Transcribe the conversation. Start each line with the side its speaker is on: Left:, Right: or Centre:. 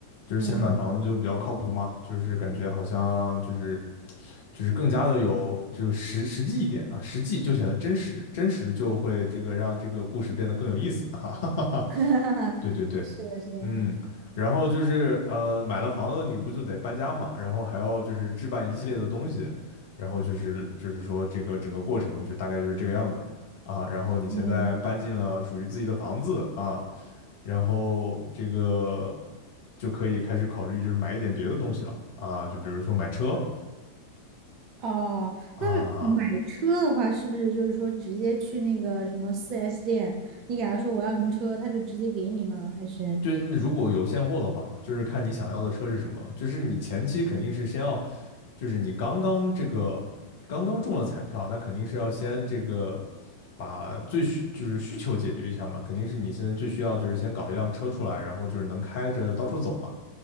Left: 就是先买房子就比较靠谱嘛，
Right: 嗯，
Left: 就是感觉好像就是就是更加的有就是实实际一点啊，实际就显得真实，真实就会这个让这个故事变得更有意思，<laughs> 哈哈哈哈。
Right: <laughs>
Left: 对对对，
Right: 是的，是的，
Left: 嗯，然后就是呃，买了房子你不就得搬家嘛，然后还要就是置办一系列的东西，然后就是就是说这个整个过程就大概就是这个样子啊。然后你现在搬进了属于自己的房子啊，
Right: 嗯，
Left: 然后这个就可以开始考虑就是买一点别的东西了啊，就比如说买车
Right: 哦，
Left: 啊，
Right: 那买车的话，是不是就是说直接去那个什么四 s 店，你给他说我要什么车，他就直接给你吗？还是？
Left: 就你如果有现货的话嘛，就是看你想要的车是什么了，就是你前期肯定是先要。就是你刚刚这个刚刚中了彩票，那肯定是要先这个把最需就是需求解决一下嘛，肯定是你现在最需要就是先搞一辆车出来，然后就是能开着到处走嘛，